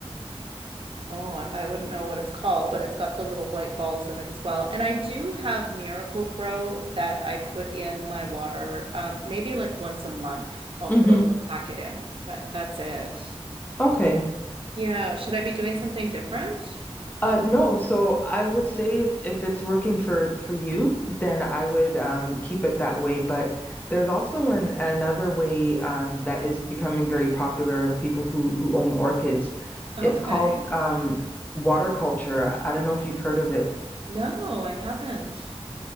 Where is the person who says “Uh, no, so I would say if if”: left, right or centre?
Left